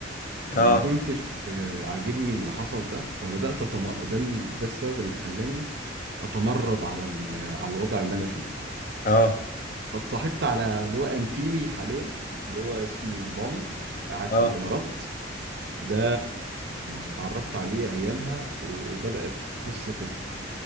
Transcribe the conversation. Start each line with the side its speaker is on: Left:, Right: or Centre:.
Right: فما
Left: اه
Right: كنتش آه، عاجبني اللي حصل ده فبدأت أتم... ده ال... ده السبب اللي خلاني أتمرد على ال... على الوضع اللي أنا فيه
Left: اه
Right: فاتصاحبت على اللي هو أنتيمي حاليا اللي هو اسمه رامي قاعد
Left: اه
Right: في الإمارات ده اتعرفت عليه أيامها وبدأت قصة